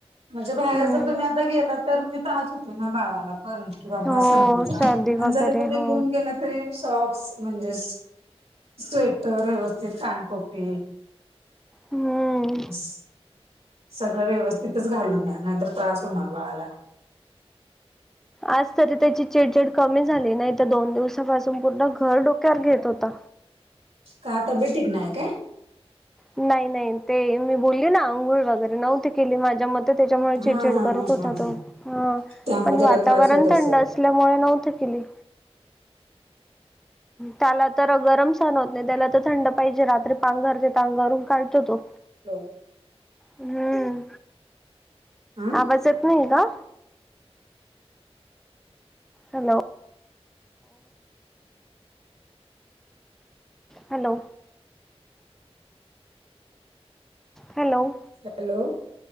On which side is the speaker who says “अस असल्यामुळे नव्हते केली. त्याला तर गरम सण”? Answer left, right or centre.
Centre